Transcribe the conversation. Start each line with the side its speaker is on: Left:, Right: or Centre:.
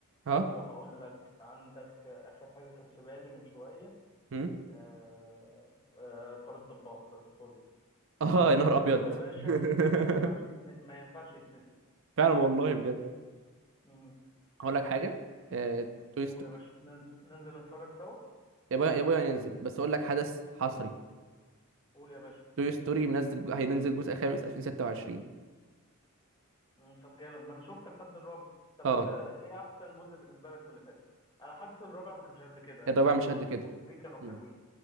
Right: ها
Left: وهقول لك عندك آه، اخر حاجه كانت في بالي من شويه
Right: هم
Left: آه، آه، فار الطباخ راتاتولي
Right: <laughs> اه
Left: الثلاثه
Right: يا نهار ابيض
Left: دول يا باشا
Right: <laughs>
Left: ما ينفعش يتن... ما ينفعش يتنسوا
Right: فعلا والله بجد
Left: مم.
Right: هقول لك حاجة آه... توي ستوري
Left: قول يا باشا ننزل ننزل نتفرج سوا
Right: يا بويا يا بويا هينزل بس اقول لك حدث حصري
Left: قول يا باشا
Right: توي ستوري منزل هينزل جزء خامس 2026
Left: مم، طب جامد ما انا شفت الحد الرابع طب
Right: اه
Left: انت ايه احسن جزء بالنسبه لك من اللي فاتوا انا حاسس الرابع ما كانش قد كده اللي
Right: الرابع
Left: هو
Right: مش
Left: 1
Right: قد كده
Left: و 2 و 3 كانوا
Right: مم.
Left: حلوين